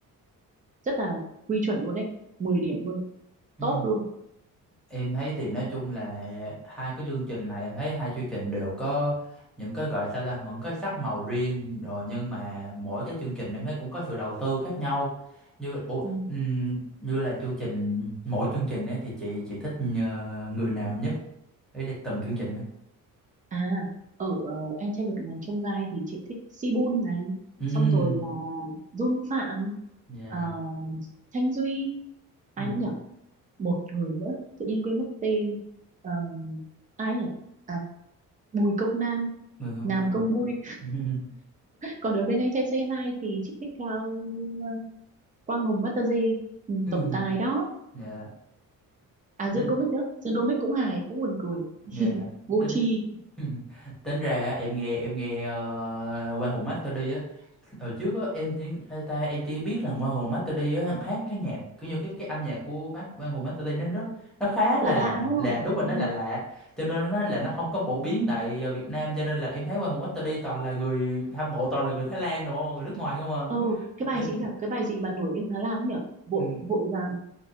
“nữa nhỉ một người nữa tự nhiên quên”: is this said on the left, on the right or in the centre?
Right